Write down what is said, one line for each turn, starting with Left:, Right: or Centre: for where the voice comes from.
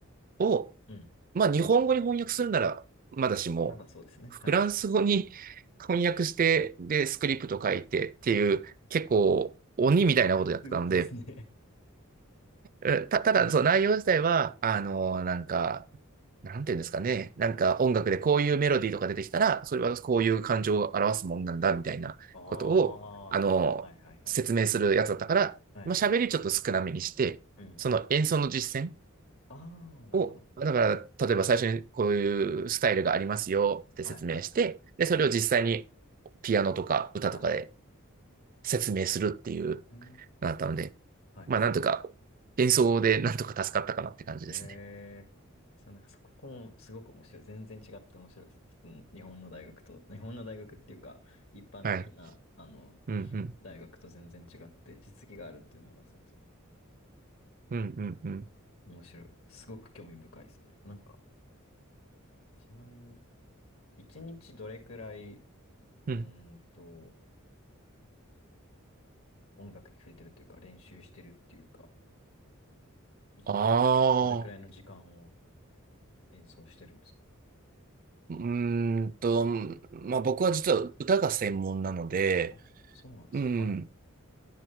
Right: を、
Left: うん。
Right: まあ日本語に翻訳するなら、まだしも、
Left: まだそうですね。
Right: フランス語に
Left: はい。
Right: <laughs> 翻訳して、で、スクリプト書いてっていう、
Left: <laughs>
Right: 結構鬼みたいなことやってたので、
Left: すごいですね
Right: えた、ただ、その内容自体は、
Left: うん。
Right: あの、なんか、なんていうんですかね。なんか音楽でこういうメロディーとか出てきたら、それはこういう感情を表すもんなんだ、みたいなことを、
Left: ああ。
Right: あの、
Left: はいはいはい。
Right: 説明するやつだったから、
Left: はい。
Right: まあ、喋りちょっと少なめにして、
Left: うん。
Right: その演奏の実践
Left: ああ、なるほど。
Right: を、だから、例えば最初にこういうスタイルがありますよって説明して、
Left: はいはいはい。
Right: で、それを実際にピアノとか歌とかで
Left: はい。
Right: 説明するっていう、
Left: うん。
Right: なったので、
Left: はいはい。
Right: まあ、なんとか、演奏でなんとか助かったかなって感じですね。
Left: へえ。そう、なんかそこもすごく面白い。全然違って面白いですね。普通の日本の大学と、日本の大学っていうか、一般的な、
Right: はい。
Left: あの、
Right: うんうん。
Left: 大学と全然違って、実技があるっていうのがそもそも
Right: うんうんうん。
Left: 面白い。すごく興味深いですね。なんか、ちなみに、一日どれくらい、う
Right: うん
Left: ーんと、音楽に触れてるというか、練習してるっていうか、一日どれくらいの時間を
Right: ああ、
Left: 演奏してるんですか
Right: うーんと、まあ僕は実は歌が専門なので、
Left: あ、そうなんですね。
Right: うん、
Left: はい。